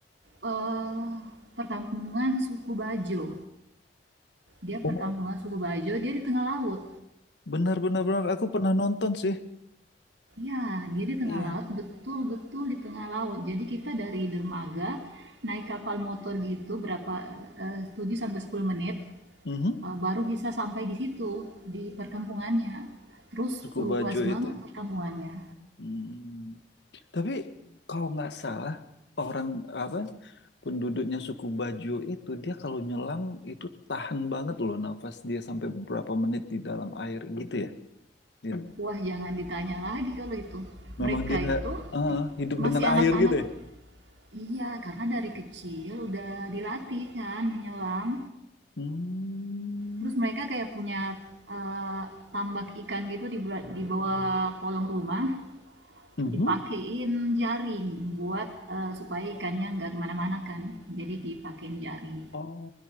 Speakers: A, on the right; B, on the left.
A: eh, perkampungan suku Bajo. Dia
B: Oh,
A: perkampungan suku Bajo, dia di tengah laut.
B: Benar, benar, benar. Aku pernah nonton sih.
A: ya dia di tengah
B: Iya.
A: laut, betul-betul di tengah laut. Jadi kita dari dermaga naik kapal motor gitu berapa eh, 7 sampai sepuluh menit
B: Mhm.
A: eh, baru bisa sampai di situ di perkampungannya. Terus
B: Suku
A: luas
B: Bajo
A: banget
B: itu.
A: perkampungannya.
B: Hmm. Tapi kalau nggak salah orang apa penduduknya suku Bajo itu dia kalau nyelam itu tahan banget loh nafas dia sampai beberapa menit di dalam air gitu ya. Dia,
A: Wah, jangan ditanya lagi kalau itu.
B: memang
A: Mereka
B: dia
A: itu
B: eh, hidup
A: masih
B: dengan
A: anak-anak.
B: air gitu ya.
A: Iya, karena dari kecil udah dilatih kan menyelam.
B: Hmm.
A: Terus mereka kayak punya eh, tambak ikan gitu di di bawah kolong rumah,
B: Mhm.
A: dipakein jaring buat eh, supaya ikannya nggak kemana-mana kan. Jadi dipakein jaring.
B: Oh